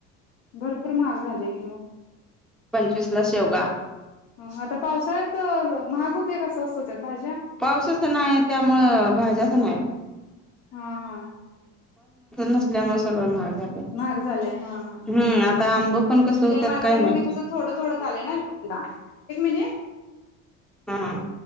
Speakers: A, on the left; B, in the centre.
A: भरपूर महाग झाले कि मग.
B: पंचवीसला शेवगा.
A: हआता पावसाळ्यात महाग होते का स्वस्त होत्या भाज्या
B: पावसाच नाही त्यामुळं भाज्याच नाही.
A: हा हा.
B: नसल्या <unintelligible> सगळ माहाग झालं
A: महाग झाले हा हा
B: हम्म आता आंब पण कस
A: म्हणजे
B: होत्यात
A: मार्केटमध्ये
B: काय माहिती.
A: कसं <unintelligible> एक मिनट.
B: हम्म